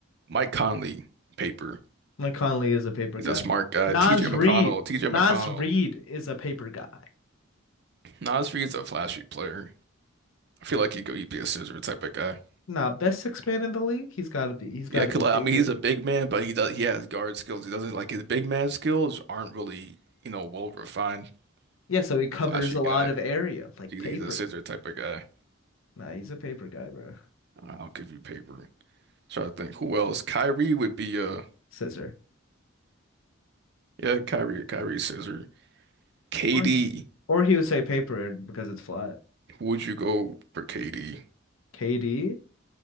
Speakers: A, on the right; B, on the left.
A: Mike Conley paper.
B: Like Conley is a paper
A: He's
B: guy.
A: a smart guy.
B: Nas
A: TJ McConnell.
B: Reed.
A: TJ
B: Nas
A: McConnell.
B: Reed is a paper guy.
A: Nasri is a flashy player. I feel like he'd go, he'd be a scissor type of guy.
B: Nah, best six man in the league. He's gotta be he's
A: Yeah,
B: gotta
A: 'cause,
B: be
A: like,
B: paper.
A: I mean, he's a big man, but he does he has guard skills. He doesn't like his big man skills aren't really, you know, well refined.
B: Yeah, so
A: He's
B: he covers
A: a flashy
B: a
A: guy.
B: lot of area, like
A: He's,
B: paper.
A: he's a scissor type of guy.
B: Nah, he's a paper guy, bro.
A: I'll give you paper. Try to think who else. Kyrie would be uh
B: Scissor.
A: yeah, Kyrie, Kyrie scissor. KD,
B: Or or he would say paper because it's flat.
A: who would you go for KD?
B: KD?